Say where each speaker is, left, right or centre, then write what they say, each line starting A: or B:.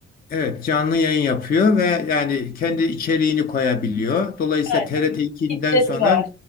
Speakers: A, on the left; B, on the left.
A: Evet, canlı yayın yapıyor ve yani kendi içeriğini koyabiliyor. Dolayısıyla
B: Aynen.
A: TRT 2'den
B: Kitlesi
A: sonra
B: var.